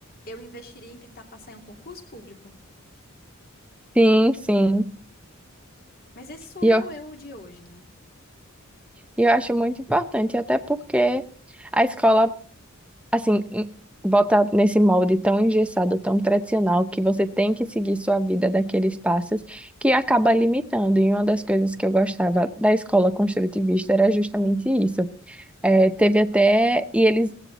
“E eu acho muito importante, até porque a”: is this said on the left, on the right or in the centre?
Centre